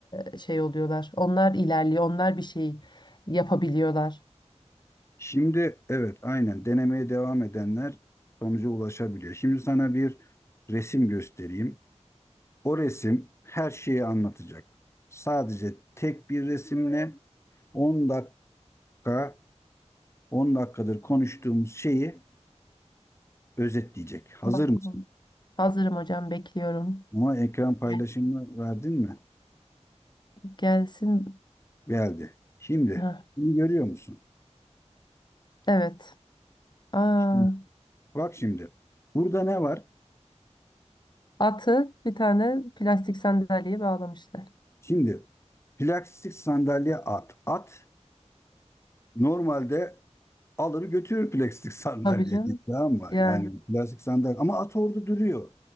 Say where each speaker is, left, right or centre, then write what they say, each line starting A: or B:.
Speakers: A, on the left; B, on the left.
A: e, şey oluyorlar. Onlar ilerliyor, onlar bir şey yapabiliyorlar.
B: Şimdi evet aynen denemeye devam edenler sonuca ulaşabiliyor. Şimdi sana bir resim göstereyim. O resim her şeyi anlatacak. Sadece tek bir resimle 10 dakika 10 dakikadır konuştuğumuz şeyi özetleyecek. Hazır
A: Bakalım.
B: mısın?
A: Hazırım hocam, bekliyorum.
B: Ama ekran paylaşımını
A: Gelsin.
B: verdin mi?
A: Gelsin.
B: Geldi. Şimdi
A: Heh,
B: bunu görüyor musun?
A: evet. Aa.
B: Şimdi, bak şimdi. Burada ne var?
A: Atı bir tane plastik sandalyeye bağlamışlar.
B: Şimdi plastik sandalye at. At normalde Alır götürür plastik <laughs> sandalyeyi
A: Tabii canım.
B: tamam mı?
A: Yani.
B: Yani plastik sandalye ama at orada duruyor.